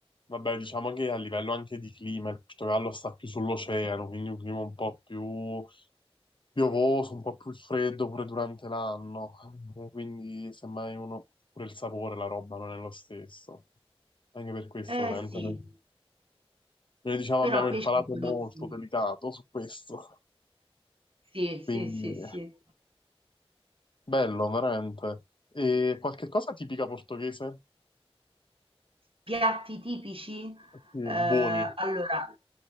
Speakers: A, on the left; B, on the right.
A: Vabbè, diciamo che a livello anche di clima, il Portogallo sta più sull'oceano, quindi un clima un po' più piovoso, un po' più freddo pure durante l'anno, eh, quindi semmai uno pure il sapore, la roba non è lo stesso. Anche per questo,
B: Eh
A: veramente,
B: sì,
A: noi, noi, diciamo
B: però
A: abbiamo il
B: pesce
A: palato
B: buonissimo.
A: molto delicato su questo,
B: Sì,
A: quindi
B: sì, sì, sì.
A: eh, bello, veramente. E qualche cosa tipica portoghese?
B: Piatti tipici?
A: Sì,
B: Ehm,
A: buoni,
B: allora,